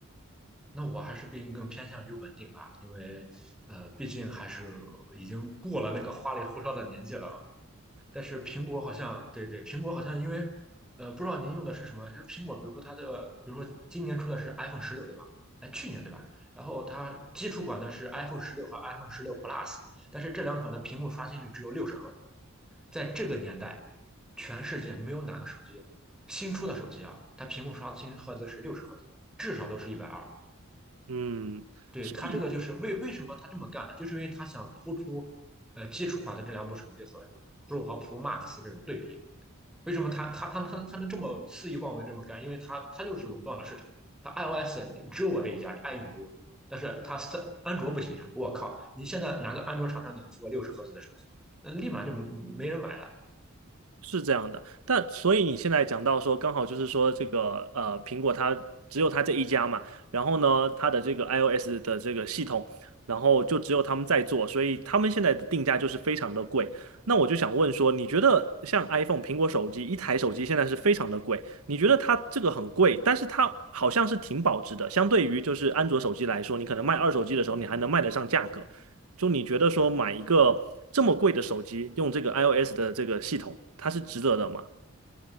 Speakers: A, in the centre; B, on the right.
A: 那我还是并更偏向于稳定吧，因为呃，毕竟还是已经过了那个花里胡哨的年纪了啊。但是苹果好像，对对，苹果好像因为呃，不知道您用的是什么，因为苹果，比如说它的，比如说今年出的是 iPhone 十六，对吧？哎，去年对吧？然后它基础款的是 iPhone 十六和 iPhone 十六 Plus，但是这两款的屏幕刷新率只有六十赫兹，在这个年代，全世界没有哪个手机新出的手机啊，它屏幕刷新赫兹是六十赫兹，至少都是一百二。
B: 嗯，
A: 对，
B: 所以
A: 它这个就是为为什么它这么干呢？就是因为它想突出呃基础款的这两部手机和这种 Pro 和 Pro Max 这种对比。为什么它它它它它能这么肆意妄为这么干？因为它它就是垄断了市场。它 iOS 你只有我这一家，你爱用不用。但是它三安卓不行呀！我靠，你现在哪个安卓厂商敢出个六十赫兹的手机？嗯，立马就没人买。
B: 是这样的。但所以你现在讲到说，刚好就是说这个呃，苹果它只有它这一家嘛，然后呢，它的这个 iOS 的这个系统，然后就只有他们在做，所以他们现在的定价就是非常的贵。那我就想问说，你觉得像 iPhone 苹果手机一台手机现在是非常的贵，你觉得它这个很贵，但是它好像是挺保值的，相对于就是安卓手机来说，你可能卖二手机的时候，你还能卖得上价格。就你觉得说买一个这么贵的手机，用这个 iOS 的这个系统，它是值得的吗？